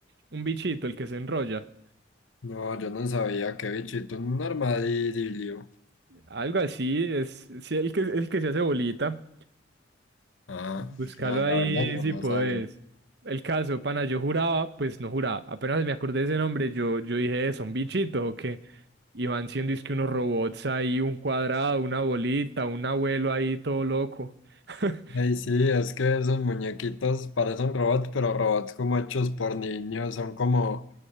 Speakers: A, on the right (about 55°); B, on the left (about 85°).
A: un bichito, el que se enrolla.
B: No, yo no sabía qué bichito, un armadillo.
A: Algo así, es sí, el que, el que se hace bolita.
B: Ah,
A: Búscalo
B: no,
A: ahí
B: la verdad no,
A: si
B: no
A: podés.
B: sabía.
A: El caso, pana, yo juraba, pues no juraba. Apenas me acordé de ese nombre, yo, yo dije, "Eh, ¿son bichitos o qué? Y van siendo es que unos robots ahí, un cuadrado, una bolita, un abuelo ahí todo loco. <laughs>
B: Ey, sí, es que esos muñequitos parecen robots, pero robots como hechos por niños, son como